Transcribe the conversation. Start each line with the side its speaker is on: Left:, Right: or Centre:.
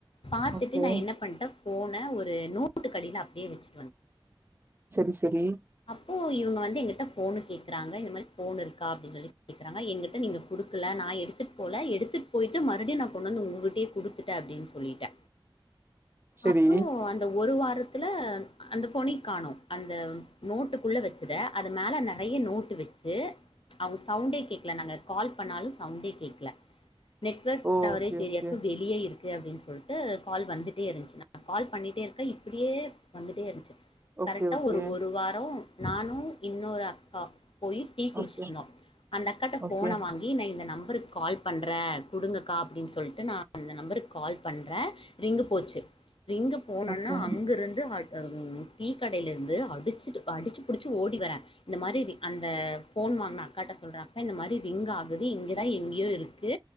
Left: பாத்துட்டு
Right: ஓகே
Left: நா என்ன பண்ட்டே போனே ஒரு நோட்டுக்கு அடியில அப்டியே வச்சு
Right: சரி சரி
Left: ப்போ இவங்க வந் எங்கிட்ட ஃபோன் கேக்குறாங்க இந்த மாரி ஃபோன் இருக்கா அப்டின்னு சொல்லி கேக்குறாங்க என்கிட்ட நீங்க குடுக்கல நா எடுத்துட் போகல எடுத்துட் போயிட்டு மறுபடியு நா கொண்டு வந்து உங்ககிட்டயே குடுத்துட்ட அப்டின்னு சொ சொல்லிட்ட
Right: சரி
Left: அப்றோ அந்த ஒரு வார் ன்றத்துல அந்த ஃபோனையு காணோ அந்த நோட்டுக்குள்ள வச்சத அது மேல நெறைய நோட்டு வச்சு அது சவுண்டே கேக்கல நாங்க கால் பண்ணாலு சவுண்டே கேக்கல நெட்வொர்க்
Right: ஓ
Left: கவரேஜ்
Right: ஓகே ஓகே
Left: எரியாக்கு வெளியே இருக் க்கு அப்டின்னு சொல்ட்டு கால் வந்துட்டே இருந்துச்சு நா கால் பண்ணிட்டே இருக்கே இப்டியே வந்துட்டே இருந்துச்சு
Right: ஓகே
Left: கரெக்டா
Right: ஓகே
Left: ஒரு ஒரு வாரோ நானும் இன்னொரு அக்கா போய் டீ குடிச்சிருந்தோம்
Right: ஓகே
Left: அந்த அக்காட்ட
Right: ஓகே
Left: போன வாங்கி இந்த நம் நம்பருக்கு கால் பண்ற குடுங்கக்கா அப்டின்னு சொல்ட்டு நான் அந்த நம்பருக்கு கால் பண்றே ரிங்கு போச்சு ரிங்கு போனவுட்னே
Right: ஓகே
Left: அங்க இருந்து <unintelligible> அது டீக்கடையில இருந்து அடிச்சிட்டு அடிச்சு புடிச்சு ஓடி வரே இந்த மாரி அந்த ஃபோன் வாங்குன அக்காட்ட சொல்ற அக்கா இந்த மாரி ரிங் ஆகுது இங்கதா எங்கயோ இருக்கு